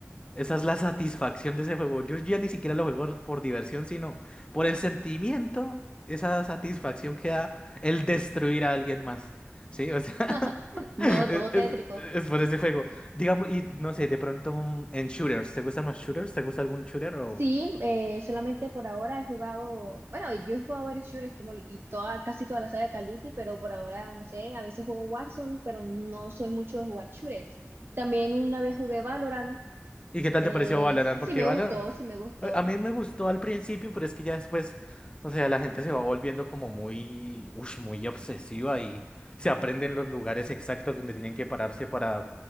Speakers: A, on the left (about 20°); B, on the right (about 50°).
A: esa es la satisfacción de ese juego. Yo ya ni siquiera lo juego por diversión, sino por el sentimiento, esa satisfacción que da el destruir a alguien más. Sí, o sea,
B: <laughs> No,
A: <laughs> es,
B: todo
A: es-
B: tétrico.
A: es por ese juego. Digamos, y no sé, de pronto mm, en shooters, ¿te gustan los shooters? ¿Te gusta algún shooter o...?
B: Sí, eh, solamente por ahora he jugado, bueno, yo he jugado varios shooters como el- y toda, casi toda la saga de Call of Duty, pero por ahora, no sé, a veces juego Warzone, pero no soy mucho de jugar shooters. También una vez jugué Valorant,
A: ¿Y qué tal
B: eh,
A: te pareció Valorant?
B: sí
A: Porque
B: sí me
A: Valorant
B: gustó, sí me gustó.
A: a a mí me gustó al principio, pero es que ya después, o sea, la gente se va volviendo como muy, ush, muy obsesiva y se aprenden los lugares exactos donde tienen que pararse para